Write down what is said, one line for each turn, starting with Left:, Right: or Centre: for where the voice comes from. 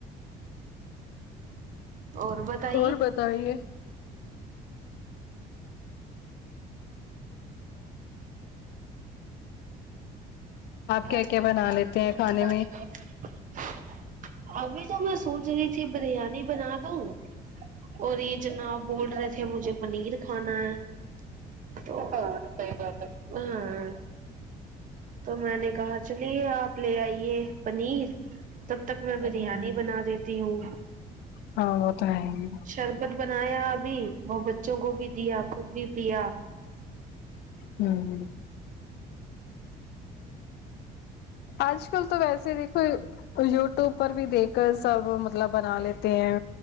Right: اور بتے
Left: اور بتائیے کیا
Right: آپ
Left: کیا
Right: کیسے
Left: بنا
Right: مزہ
Left: لیتے
Right: <unintelligible> رہ میں
Left: ہیں
Right: کے
Left: کھانے
Right: میں <unintelligible> ابھی تو میں سوچ رہی تھی بریانی بنا دوں اور یہ جناب بول رہے تھے مجھے پنیر کھانا ہے <unintelligible> صحیح بات ہاں تو میں نے کہا چلیے آپ لے آئیے پنیر تب تک میں بریانی بنا دیتی ہوں
Left: ہاں وہ تو ہے ہی
Right: شربت بنایا ابھی وہ بچوں کو بھی دیا خود بھی پیا
Left: ہمم آج کل تو ویسے دیکھو یوٹیوب پر بھی دیکھ کر سب مطلب بنا لیتے ہیں